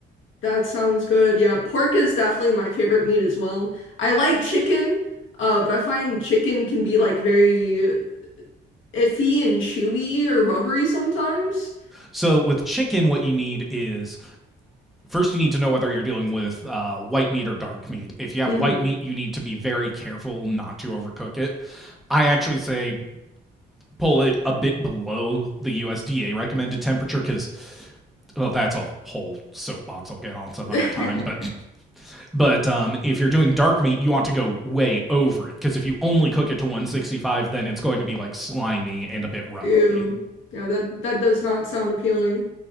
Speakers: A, on the left (about 80°); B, in the centre.
A: that sounds good. Yeah, pork is definitely my favorite meat as well. I like chicken, uh, but I find chicken can be like very iffy and chewy or rubbery sometimes.
B: So, with chicken, what you need is first you need to know whether you're dealing with uh, white meat or dark meat. If you have
A: Mm-hmm.
B: white meat, you need to be very careful not to overcook it. I actually say pull it a bit below the USDA recommended temperature because well that's a whole soapbox I'll get on some
A: <laughs>
B: other time but but um if you're doing dark meat you want to go way over it because if you only cook it to 165 then it's going to be like slimy and a bit rubbery
A: Ew. Yeah, that that does not sound appealing.